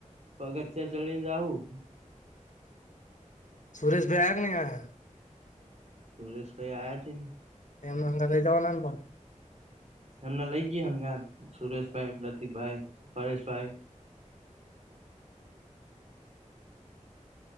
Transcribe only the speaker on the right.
પગત્યા ચળને જાઉું.
સુરેશ ભાઈ આવ્યા છે ને.
એમને લઈ ગયા. હંગાર સુરેશભાઈ, પ્રતિક ભાઈ, પરેશભાઈ.